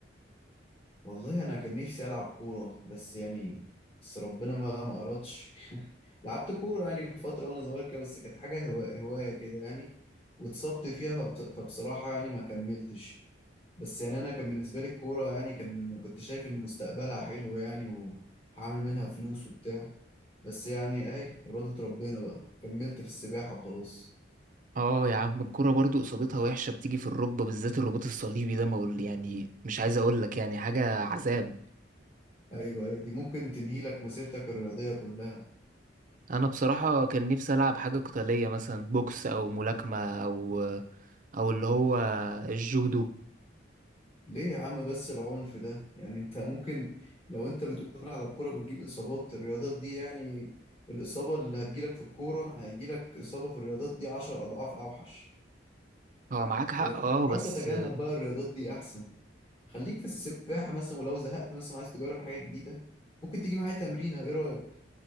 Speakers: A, on the left (about 30°); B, on the right (about 45°).
A: والله انا كان نفسي العب كوره بس يعني بس ربنا ما ما اردش <laughs> لعبت كوره يعني فتره وانا صغير كده بس كانت حاجه هوا- هوايه كده يعني واتصبت فيها فبت- فبصراحه يعني ما كملتش بس يعني انا كان بالنسبه لي الكوره يعني كان كنت شايف ان مستقبلها حلو يعني وهعمل منها فلوس وبتاع بس يعني اهي إرادة ربنا بقى كملت في السباحة وخلاص
B: اه يا عم الكرة برضو اصابتها وحشة بتيجي في الركبة بالذات الرباط الصليبي ده ما اقول يعني مش عايز اقول لك يعني حاجة عذاب
A: ايوه ايوه دي ممكن تنهي لك مسيرتك الرياضية كلها
B: انا بصراحة كان نفسي العب حاجة قتالية مثلا بوكس او ملاكمة او او اللي هو الجودو
A: ليه يا عم بس العنف ده يعني انت ممكن لو انت بتقول على الكرة بتجيب اصابات الرياضات دي يعني الاصابة اللي هتجيلك في الكورة هيجيلك اصابة في الرياضات دي عشر اضعاف اوحش
B: اه معاك حق
A: فاهم؟
B: اه
A: فحاول
B: بس
A: تتجنب بقى الرياضات دي احسن خليك في السباحة مثلا ولو زهقت مثلا عايز تجرب حاجة جديدة ممكن تيجي معايا تمرينة ايه رأيك